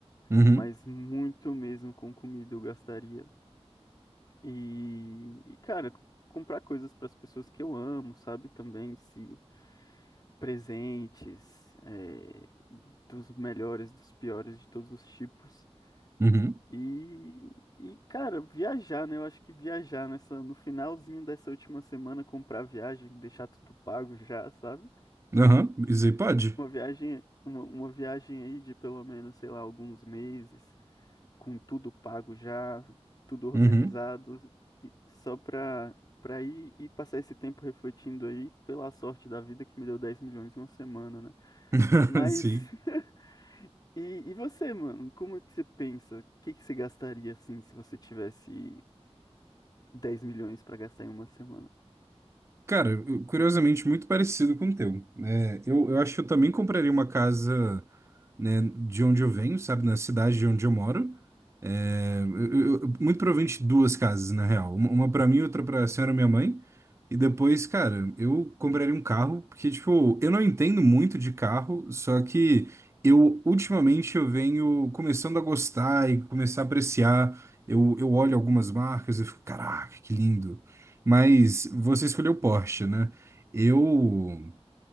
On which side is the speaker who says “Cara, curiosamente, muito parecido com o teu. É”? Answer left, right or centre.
Right